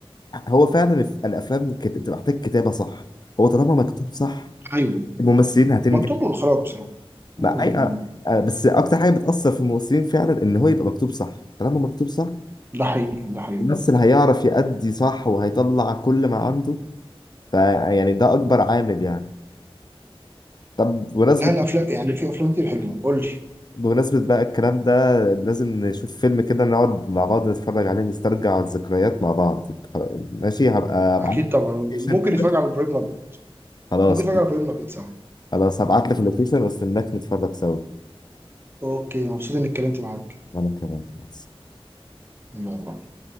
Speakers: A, on the left (about 45°); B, on the right (about 25°).
A: هو فعلا الف- الافلام كت... بتبقى محتاج كتابه صح هو طالما مكتوب صح
B: ايوه
A: الممثلين هتنجح
B: مكتوب واخراج بصراحه
A: ما
B: مم.
A: أي... آه، آه، بس اكتر حاجه بتاثر في الممثلين فعلا ان هو يبقى مكتوب صح طالما مكتوب صح
B: ده حقيقي ده حقيقي
A: الممثل هيعرف يأدي صح وهيطلع كل ما عنده فيعني ده اكبر عامل يعني طب بمناسبة
B: لا الافلام يعني في افلام كتير حلوه قول لي
A: بمناسبة بقى الكلام ده لازم نشوف فيلم كده نقعد مع بعض نتفرج عليه نسترجع الذكريات مع بعض ماشي هبقى ابعت
B: اكيد
A: لك
B: طبعا
A: اللوكيشن
B: ممكن نتفرج
A: كده
B: على ابراهيم الابيض
A: خلاص
B: ممكن نتفرج على ابراهيم الابيض سوا
A: خلاص هبعت لك اللوكيشن واستناك نتفرج سوا
B: اوكي مبسوط اني اتكلمت معاك
A: وانا كمان مع
B: يلا